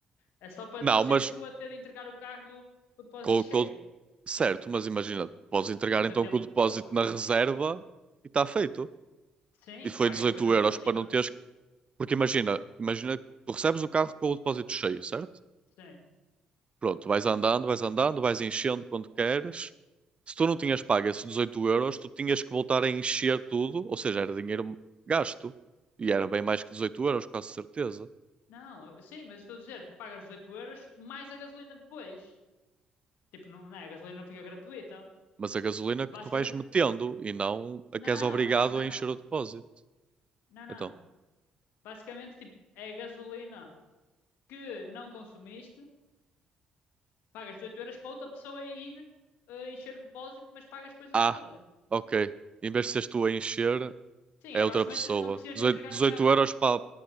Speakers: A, on the left; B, on the right.
A: É só para
B: Não,
A: não seres
B: mas
A: tu a ter de entregar o carro com o depósito
B: com,
A: cheio.
B: com- certo, mas imagina, podes entregar
A: É muito
B: então
A: tempo
B: com o depósito
A: que poupas.
B: na reserva e está feito.
A: Sim,
B: E foi
A: pagas
B: 18
A: depois a gasolina.
B: euros para não teres que. Porque imagina, imagina, que tu recebes o carro com o depósito cheio, certo?
A: Sim.
B: Pronto, vais andando, vais andando, vais enchendo quando queres. Se tu não tinhas pago esses 18 euros, tu tinhas que voltar a encher tudo, ou seja, era dinheiro gasto. E era bem mais que 18 euros, quase certeza.
A: Não, eu- sim, mas estou a dizer, tu pagas os 8 euros mais a gasolina depois. Tipo, não, não é? A gasolina não fica gratuita.
B: Mas a gasolina
A: Basicamente,
B: que tu vais metendo e não a
A: não,
B: que és obrigado
A: não, não.
B: a encher o depósito.
A: Não, não.
B: Então,
A: Basicamente, tipo, é a gasolina que não consumiste, pagas os 8 euros para outra pessoa ir eh, encher o depósito, mas pagas depois
B: ah,
A: o depósito.
B: ok. Em vez de seres tu a encher,
A: Sim,
B: é
A: é
B: outra
A: basicamente
B: pessoa.
A: não precisas
B: 18,
A: de entregar
B: 18
A: o carro.
B: euros para.